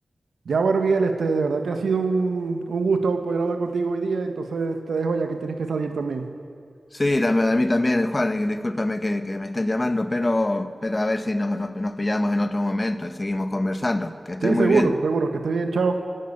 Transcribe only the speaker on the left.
Sí, tam- a mí también, Juan, y discúlpame que, que me estén llamando, pero, pero a ver si nos, nos, nos pillamos en otro momento y seguimos conversando. Que esté
muy
bien.